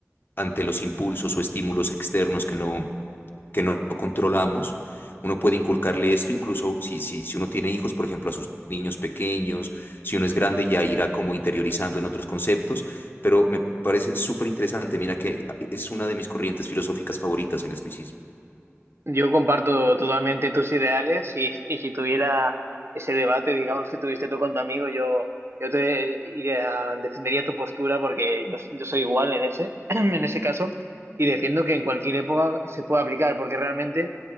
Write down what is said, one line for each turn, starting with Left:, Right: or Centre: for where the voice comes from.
Left: ante los impulsos o estímulos externos que no que no controlamos. Uno puede inculcarle esto, incluso si, si, si uno tiene hijos, por ejemplo, a sus niños pequeños, si uno es grande ya irá como interiorizando en otros conceptos, pero me parece súper interesante. Mira que es una de mis corrientes filosóficas favoritas el estoicismo.
Right: Yo comparto totalmente tus ideales y, y si tuviera ese debate, digamos que tuviste tú con tu amigo, yo, yo te iría- defendería tu postura porque yo, yo soy igual en ese, <clears throat> en ese caso y defiendo que en cualquier época se puede aplicar porque realmente